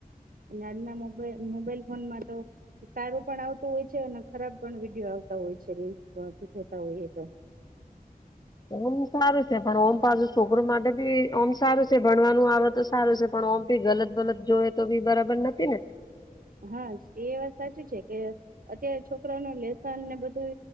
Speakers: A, on the right (about 65°); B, on the left (about 25°).
A: અને આજના મોબલ મોબાઈલ ફોનમાં તો સારું પણ આવતું હોય અને ખરાબ પણ વિડીયો આવતા હોય છે રીલ્સ જોતા હોઈએ તો
B: ઓમ સારું છે પણ ઓમ પાછુ છોકરો માટે ભી ઓમ સારું છે ભણવાનું આવે તો સારું છે પણ ઓમ્પી ગલત ગલત જોએ તો બી બરાબર નથી ને
A: હા એ વાત સાચ છે કે અત્યારે છોકરા ન લેસન ને બધું